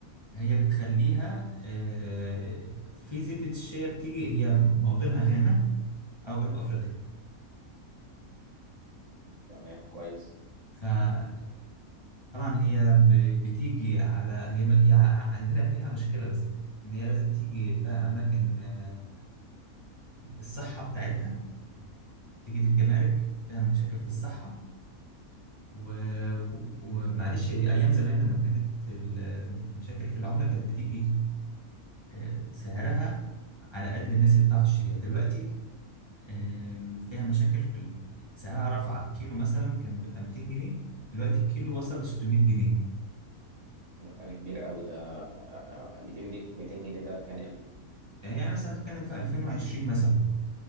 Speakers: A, on the left; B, on the right.
A: بتخليها آه، في زبدة الشيا بتيجي هي موطنها غانا او جنوب افريقيا
B: تمام كويس
A: فطبعا هي ب- بتيجي على هي هي ع- عندنا فيها مشكلة بس ان هي لازم تيجي في اماكن آه، الصحة بتاعتها تيجي في الجمارك فيها مشاكل في الصحة و... ومعلش ايام زمان لما كانت المشاكل في العمله كانت بتيجي آه، سعرها على قد الناس اللي بتعرف تشتريها دلوقتي آم، فيها مشاكل في ال- سعرها رفع كيلو مثلا كان بيبقى 200 جنيه دلوقتي الكيلو وصل ل 600 جنيه
B: ده فرق كبير قوي ده آه، آه، 200 دي 200 جنيه ده كان امتى
A: يعني يعني مثلا تتكلم في 2020 مثلا